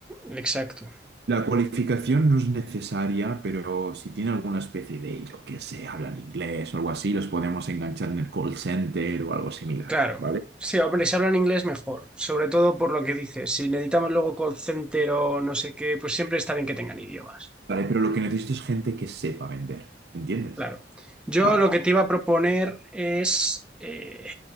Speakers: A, in the centre; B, on the right.
A: exacto.
B: La cualificación no es necesaria, pero si tiene alguna especie de, yo que sé, hablan inglés o algo así, los podemos enganchar en el call center o algo similar,
A: Claro.
B: ¿vale?
A: Sí, hombre, si hablan inglés mejor, sobre todo por lo que dices. Si necesitamos luego call center o no sé qué, pues siempre está bien que tengan idiomas.
B: Vale, pero lo que necesito es gente que sepa vender, ¿entiendes?
A: Claro. Yo
B: Vale,
A: lo que te iba a proponer es eh,